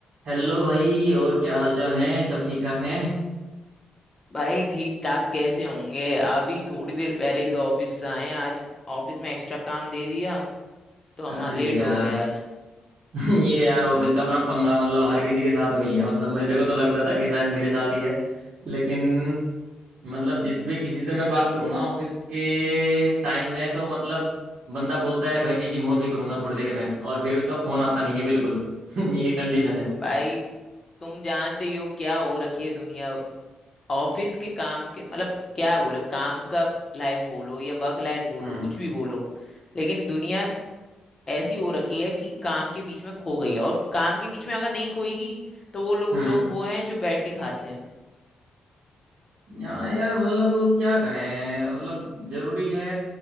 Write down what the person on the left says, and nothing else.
भाई ठीक ठाक कैसे होंगे अभी थोड़ी देर पहले ही तो ऑफिस से आए हैं आज ऑफिस में एक्स्ट्रा काम दे दिया तो हम
लेट
हो गए आज
भाई तुम जानते ही हो क्या हो रखी है दुनिया ऑफिस के काम के मतलब क्या बोले काम का लाइफ बोलो या वर्क लाइफ बोलो
कुछ भी बोलो लेकिन दुनिया ऐसी हो रखी है कि काम के बीच में खो गई है और काम के बीच में अगर नहीं खोएगी तो वो लो,
लोग वो हैं जो बैठ के खाते हैं